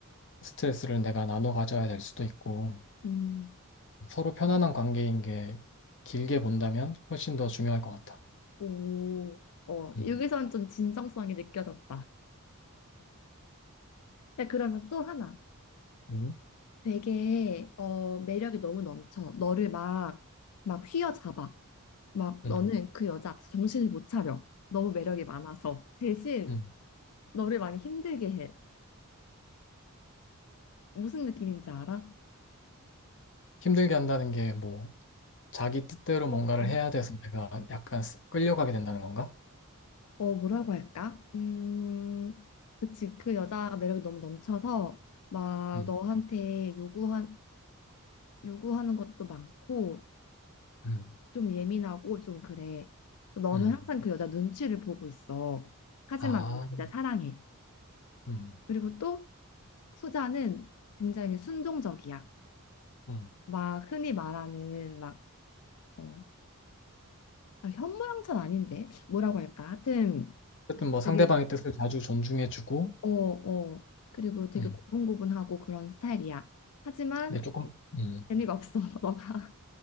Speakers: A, on the left (about 55°); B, on the left (about 80°).
A: 스트레스를 내가 나눠 가져야 될 수도 있고
B: 음,
A: 서로 편안한 관계인 게 길게 본다면 훨씬 더 중요할 것 같아.
B: 오, 어,
A: 음.
B: 여기서는 좀 진정성이 느껴졌다. 자, 그러면 또 하나.
A: 음.
B: 되게, 어, 매력이 너무 넘쳐. 너를 막, 막 휘어잡아. 막,
A: 음.
B: 너는 그 여자 앞에서 정신을 못 차려. 너무 매력이 많아서. 대신,
A: 음.
B: 너를 많이 힘들게 해. 무슨 느낌인지 알아?
A: 힘들게 한다는 게뭐 자기 뜻대로 뭔가를
B: 어,
A: 해야 돼서 내가 약간 스- 끌려가게 된다는 건가?
B: 어, 뭐라고 할까? 음, 그치. 그 여자가 매력이 너무 넘쳐서 막
A: 음,
B: 너한테 요구한, 요구하는 것도 많고
A: 음,
B: 좀 예민하고 좀 그래. 그러니까 너는
A: 음.
B: 항상 그 여자 눈치를 보고 있어. 하지만
A: 아,
B: 너는 그 여자 사랑해.
A: 음,
B: 그리고 또 후자는 굉장히 순종적이야.
A: 음.
B: 막 흔히 말하는 막, 어, 아, 현모양처는 아닌데? 뭐라고 할까? 하여튼
A: 어쨌든 뭐 상대방의
B: 되게,
A: 뜻을 자주 존중해주고,
B: 어, 어. 그리고 되게
A: 음.
B: 고분고분하고 그런 스타일이야. 하지만
A: 근데 조금, 음.
B: 재미가 없어. <laughs> 너가